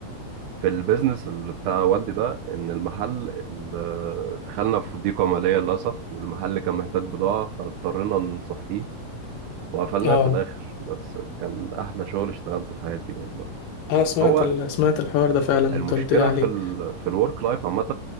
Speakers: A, on the right; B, on the left.
A: في البيزنس اللي بتاع والدي ده ان المحل ال- دخلنا في ضيقة مالية للأسف والمحل كان محتاج بضاعة فاضطرينا نصفيه وقفلناه
B: اه
A: في الآخر بس كان أحلى شغل اشتغلته في حياتي والله
B: انا سمعت
A: هو
B: ال... سمعت الحوار ده فعلا انت
A: المشكلة
B: قلت لي عليه
A: في ال في الورك لايف عامة